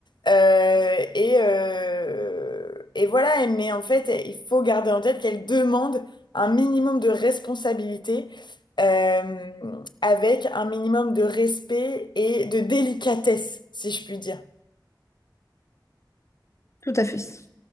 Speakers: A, on the left; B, on the left.
A: Euh, et, euh, et voilà, et- mais en fait, il faut garder en tête qu'elle demande un minimum de responsabilité euh, avec un minimum de respect et de délicatesse, si je puis dire.
B: Tout à fait.